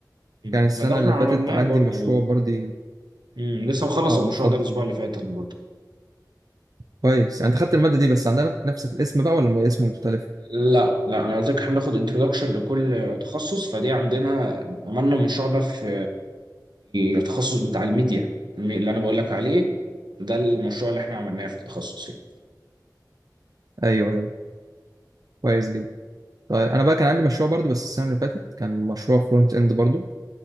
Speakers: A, on the right (about 75°); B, on the right (about 55°).
A: مم.
B: كان السنة
A: ما ده احنا
B: اللي
A: عملناه
B: فاتت عندي
A: برضو
B: مشروع برضه
A: مم. لسه مخلص
B: اه
A: المشروع
B: اتفضل
A: ده الاسبوع اللي فات انا برضو
B: كويس يعني أنت خدت المادة دي بس عندنا نفس الاسم بقى ولا اسم مختلف؟
A: لا لا انا قلت لك احنا بناخد انتروداكشن لكل تخصص فدي عندنا عملنا المشروع ده في التخصص بتاع الميديا المي- اللي انا بقول لك عليه ده المشروع اللي احنا عملناه في التخصص يعني.
B: أيوه أيوه كويس جدا طيب انا بقى كان عندي مشروع برضو بس السنه اللي فاتت كان مشروع فرونت اند برضو